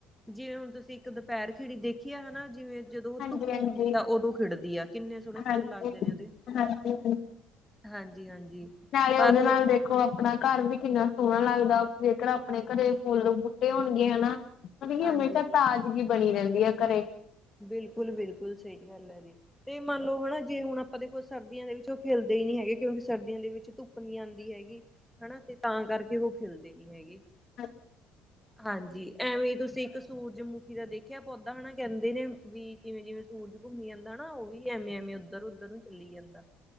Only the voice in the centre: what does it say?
ਜਿਵੇਂ ਹੁਣ ਤੁਸੀਂ ਇੱਕ ਦੁਪਹਿਰ ਖਿੜੀ ਦੇਖੀ ਆ ਹਨਾ, ਜਿਵੇਂ ਜਦੋਂ ਉਹ
ਧੁੱਪ
ਹੁੰਦੀ ਆ, ਉਦੋਂ ਖਿੜਦੀ ਆ, ਕਿੰਨੇ ਸੋਹਣੇ
ਫੁੱਲ ਲੱਗਦੇ ਨੇ ਉਹਦੇ।
ਹਾਂਜੀ- ਹਾਂਜੀ।
ਪਰ
ਹਾਂਜੀ
ਬਿਲਕੁਲ-ਬਿਲਕੁਲ, ਸਹੀ ਗੱਲ ਐ ਜੀ। ਤੇ ਮੰਨ ਲਓ ਹਨਾ ਜੇ ਹੁਣ ਆਪਾਂ ਦੇਖੋ, ਸਰਦੀਆਂ ਦੇ ਵਿੱਚ ਉਹ ਖਿਲਦੇ ਹੀ ਨਹੀਂ ਹੈਗੇ, ਕਿਉਂਕਿ ਸਰਦੀਆਂ ਦੇ ਵਿੱਚ ਧੁੱਪ ਧੁੱਪ ਨੀ ਆਂਦੀ ਹੈਗੀ ਹਨਾ, ਤੇ ਤਾਂ ਕਰਕੇ ਉਹ ਖਿਲਦੇ ਨੀ ਹੈਗੇ।
ਹਾਂਜੀ, ਐਂਵੀਂ ਤੁਸੀਂ ਇੱਕ ਸੂਰਜਮੁਖੀ ਦਾ ਦੇਖਿਆ ਪੌਦਾ, ਕਹਿੰਦੇ ਕਹਿੰਦੇ ਨੇ ਵੀ ਜਿਵੇਂ- ਜਿਵੇਂ ਸੂਰਜ ਘੁੰਮੀ ਜਾਂਦਾ ਨਾ, ਉਹ ਵੀ ਐਵੇਂ- ਐਵੇਂ ਉੱਧਰ- ਉੱਧਰ ਨੂੰ ਚੱਲੀ ਜਾਂਦਾ।